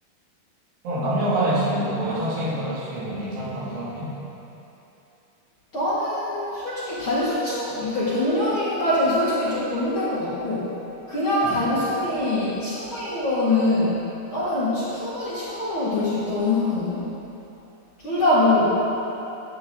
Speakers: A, on the right (about 90°); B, on the left (about 45°).
A: 그럼 남녀 간의 친구, 뭐 여사친이든 남사친이든 괜찮다고 생각해?
B: 나는 솔직히 단순 친구, 그러니까 전 연인까지는 솔직히 조금 힘들 것 같고, 그냥
A: 응.
B: 단순히 친구인 거는 나는 치- 충분히 친구로 될 수 있다고 생각하는데? 둘 다 뭐,